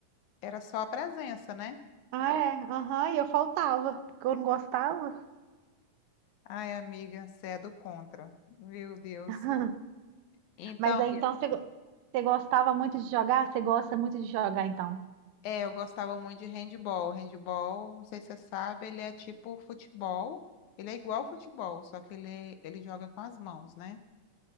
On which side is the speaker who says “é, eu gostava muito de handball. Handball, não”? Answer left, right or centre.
Left